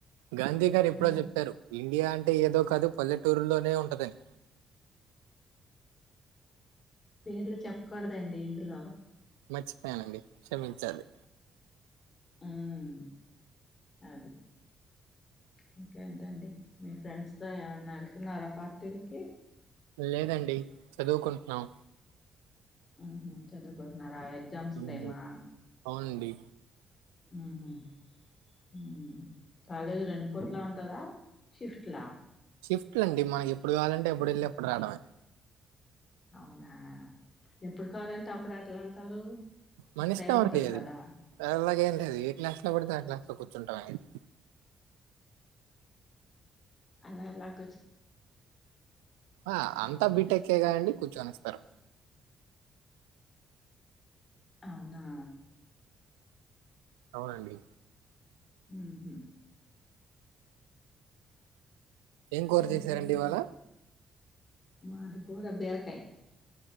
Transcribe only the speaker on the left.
ఆ!
పేర్లు చెప్పకూడదండి ఇందులో.
ఉమ్ అది. ఇంకేంటండి, మీ ఫ్రెండ్స్తో ఏమన్నా ఎళ్తున్నారా పార్టీల్కి.
ఊహు చదువుకుంటున్నారా ఎగ్ జామ్స్
టైమా.
ఊహు ఊ. కాలేజీ రెండు పూట్లా ఉంటందా షిఫ్ట్ లా.
అవునా. ఎప్పుడు కావాలంటే అప్పుడు అట్లా వెళ్తారు ఒక
టైం ఉంటది
కదా
అలా లక్
అవునా
మ్ హు
ఇంకేంటి
మాది కూర బిరకాయ